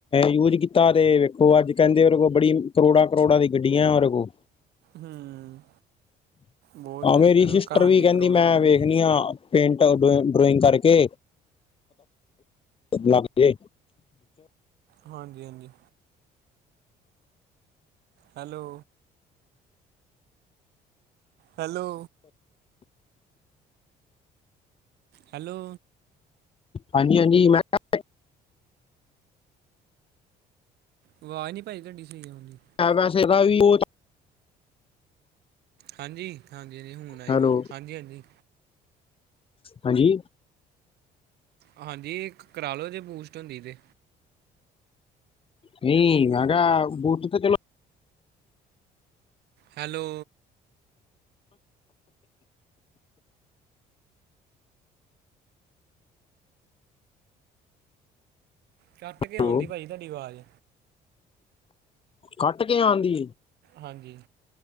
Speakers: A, on the left (about 30°); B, on the right (about 75°).
A: ਯੂਜ ਕੀਤਾ ਤੇ ਵੇਖੋ ਅੱਜ ਕਹਿੰਦੇ ਉਹਦੇ ਕੋਲ ਬੜੀ ਕਰੋੜਾਂ ਕਰੋੜਾਂ ਦੀ ਗੱਡੀਆਂ ਉਹਰੇ ਕੋਲ
B: ਹੂੰ ਬਹੁਤ
A: ਹਾਂ
B: ਜ਼ਿਆਦਾ
A: ਮੇਰੀ
B: ਕਰੋ
A: ਸਿਸਟਰ
B: ਹਾਂਜੀ
A: ਵੀ ਕਹਿੰਦੀ
B: ਕਰੋਨਾ
A: ਮੈਂ
B: ਕਰੋਨਾ
A: ਵੇਖਣੀ
B: ਦੀ
A: ਆ ਪੇਂਟ ਡਰੋਇੰਗ ਕਰਕੇ ਨਾਏ
B: ਹਾਂਜੀ ਹਾਂਜੀ ਹੈਲੋ ਹੈਲੋ ਹੈਲੋ
A: ਹਾਂਜੀ ਹਾਂਜੀ ਮੈਂ ਕਿਹਾ
B: ਆਵਾਜ਼ ਨਹੀਂ ਭਾਜੀ ਤੁਹਾਡੀ ਸਹੀ ਆਉਣਂਦੀ
A: ਪੈਸੇ ਦਾ ਵੀ ਉਹ
B: ਹਾਂਜੀ ਹਾਂਜੀ ਹਾਂਜੀ ਹੁਣ ਆਈ
A: ਹੈਲੋ
B: ਦੀ ਆਵਾਜ਼ ਹਾਂਜੀ ਹਾਂਜੀ
A: ਹਾਂਜੀ
B: ਹਾਂਜੀ ਕਰਾ ਲਓ ਜੇ ਬੂਸਟ ਹੁੰਦੀ ਤਾਂ
A: ਨਹੀਂ ਅਗ ਬਹੁਟ ਤਾਂ ਚਲੋ
B: ਹੈਲੋ ਕੱਟ ਕੇ
A: ਚਲੋ
B: ਆਂਦੀ ਭਾਜੀ ਤੁਹਾਡੀ ਆਵਾਜ਼
A: ਕੱਟ ਕੇ ਆਉਂਦੀ
B: ਹਾਂਜੀ